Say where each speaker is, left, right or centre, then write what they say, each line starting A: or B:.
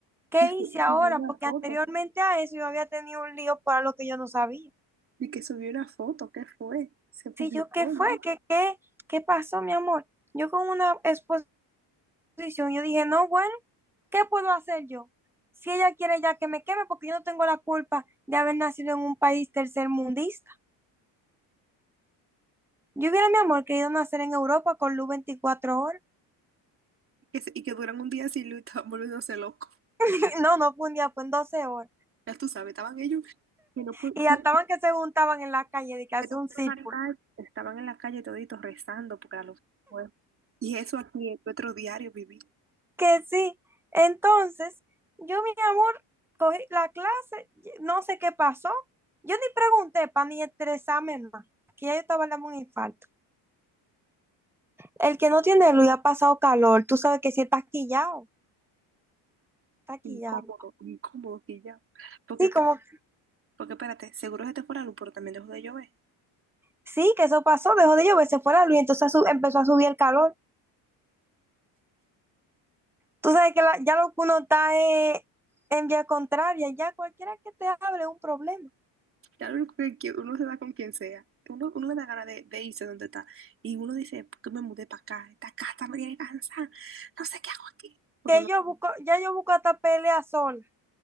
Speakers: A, in the centre; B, on the right.
A: ¿Qué
B: Que su-
A: hice ahora?
B: subí una
A: Porque
B: foto.
A: anteriormente a eso yo había tenido un lío para lo que yo no sabía.
B: Y que subió una foto, ¿qué fue? Se publicó
A: Sí, yo, ¿qué fue?
B: ya.
A: ¿Qué, qué, qué pasó, mi amor? Yo con una exposición, yo dije, no, bueno, ¿qué puedo hacer yo? Si ella quiere ya que me queme, porque yo no tengo la culpa de haber nacido en un país tercermundista. Yo hubiera, mi amor, querido nacer en Europa con luz 24 horas.
B: Que se- y que duran un día sin luz, estaban volviéndose locos.
A: <laughs> No, no fue un día, fue en 12 horas.
B: Ya tú sabes, estaban ellos que no pu-
A: y
B: que-
A: estaban que se juntaban en la calle de que hace
B: que
A: un círculo.
B: estaban en la calle, estaban en la calle toditos rezando porque la luz se fue. Y eso aquí en nuestro diario viví.
A: Que sí. Entonces, yo, mi amor, cogí la clase, no sé qué pasó. Yo ni pregunté para ni estresarme más, que ya yo estaba dando un infarto. El que no tiene luz y ha pasado calor, tú sabes que si está quillado, está quillado.
B: Incómodo, incómodo que ya. Porque,
A: Sí,
B: espera-
A: como,
B: porque espérate, seguro se te fue la luz, pero también dejó de llover.
A: sí, que eso pasó, dejó de llover, se fue la luz, entonces su- empezó a subir el calor. Tú sabes que la- ya lo que uno está eh, en vía contraria, ya cualquiera que te hable es un problema.
B: Ya lo único que quiere- uno se da con quien sea. Uno, uno le da ganas de, de irse donde está. Y uno dice, ¿por qué me mudé para acá? Esta casa me tiene cansada. No sé qué hago aquí. Porque
A: que
B: uno,
A: yo busco, ya yo busco hasta pelear sola,